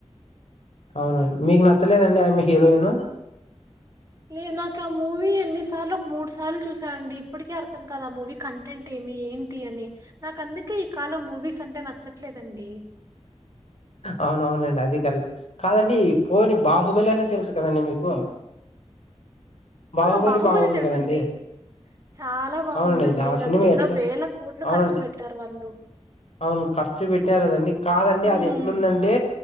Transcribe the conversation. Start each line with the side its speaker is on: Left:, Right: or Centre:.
Left: అవునండి మీకు నచ్చలేదండి ఆయమ్మీ హీరోయిను
Right: నే నాకు ఆ మూవీ ఎన్నిసార్లు ఒక మూడుసార్లు చూసా అండి, ఇప్పటికీ అర్థం కాదా ఆ మూవీ కంటెంట్ ఏమి ఏంటి అని నాకు అందుకే కాలం మూవీస్ అంటే నచ్చట్లేదండి.
Left: అవునఅవున్లేండి అది కరెక్ట్ కాదండి పోని బాహుబలి అన్న తెలుస కదండి మీకు
Right: హ్మ్.
Left: బాహుబలి
Right: ఆ బాహుబలే
Left: బాగుంది
Right: తెలుసండి
Left: కదండి
Right: చాలా బాగుందండి
Left: అవునండి ఇది ఆ
Right: దానికి
Left: సినిమా
Right: ఎన్నో
Left: ఎట్లా
Right: వేల కోట్లు
Left: అవునండి
Right: ఖర్చు పెట్టారు వాళ్ళు
Left: అవును ఖర్చు పెట్టినారు కదండి కాదండి
Right: హ్మ్.
Left: అది ఎట్లుందంటే